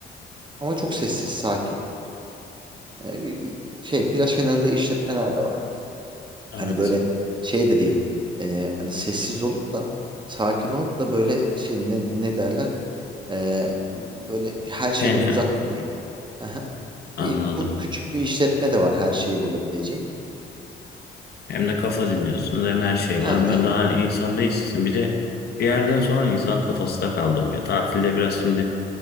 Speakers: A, on the right (about 25°); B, on the left (about 55°).
A: Ama çok sessiz, sakin. E, bir şey plaj kenarında işletmeler de var.
B: Evet.
A: Hani böyle şey de değil. Ee, hani sessiz olup da sakin olup da böyle şey ne, ne derler? Ee, böyle her şeyden
B: Tenha.
A: uzak da değil. Aha.
B: Anladım.
A: E, bu küçük bir işletme de var her şeyi bulabileceğin.
B: Hem de kafa dinliyorsunuz hem her şey
A: Ha,
B: var.
A: de,
B: Ben
A: evet.
B: daha insan değilsizim. Bir de
A: Aha.
B: bir yerden sonra insan kafası da kaldırmıyor. Tatilde biraz şimdi